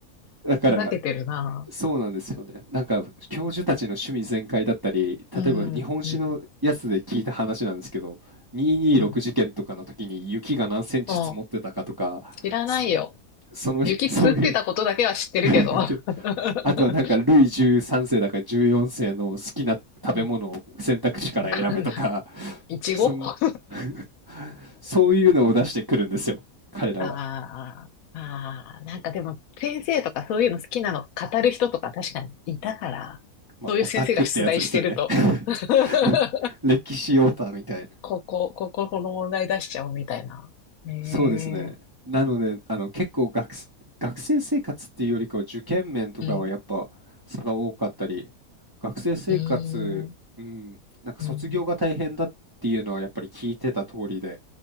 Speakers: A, on the right; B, on the left.
A: だから
B: ふざけてるな。
A: そうなんですよね。なんか教授たちの趣味全開だったり、
B: うん、
A: 例えば日本史のやつで聞いた話なんですけど、
B: うん、
A: 226事件とかの時に雪が何センチ積もってたかとか、
B: うん。もう、知らないよ。
A: そ、その日、
B: 雪積ってたことだけは知ってるけど。
A: <laughs> そういう <laughs>
B: <laughs>
A: あとはなんか、ルイ13世だから14世の好きな食べ物を選択肢から選べとか、
B: うんわかんない。いちご
A: そん
B: <laughs> あ
A: <laughs> そういうのを出してくるんですよ、彼らは。
B: あああなんかでも先生とかそういうの好きなの語る人とか確かにいたから、
A: まあ、
B: そういう先生が出題してると
A: オタクってやつですよね。<laughs>
B: <laughs>
A: 歴史オタみたいな。
B: ここ、ここ、この問題出しちゃおうみたいな。ね
A: そうですね。なので、あの、結構学生、学生生活っていうよりかは受験面とかはやっぱ差が多かったり、
B: え。うん。
A: 学生生活、
B: うーん。
A: うん、なんか卒業が大変だっていうのはやっぱり聞いてた通りで、
B: うん。